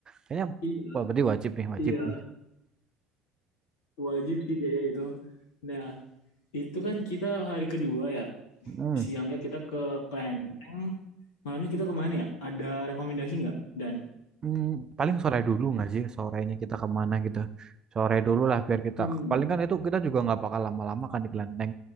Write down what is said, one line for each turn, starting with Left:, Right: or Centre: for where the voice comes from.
Right: Kayaknya
Left: Iya,
Right: wah berarti wajib nih, wajib
Left: Iya,
Right: nih.
Left: wajib sih kayaknya itu. Nah, itu kan kita hari kedua ya.
Right: Hmm.
Left: Siangnya kita ke Klenteng, malamnya kita kemana ya? Ada rekomendasi nggak? Dan
Right: Hmm, paling sore dulu nggak sih sorenya kita kemana gitu? Sore dulu lah biar kita
Left: hmm,
Right: paling kan itu kita juga nggak bakal lama-lama kan di kelenteng.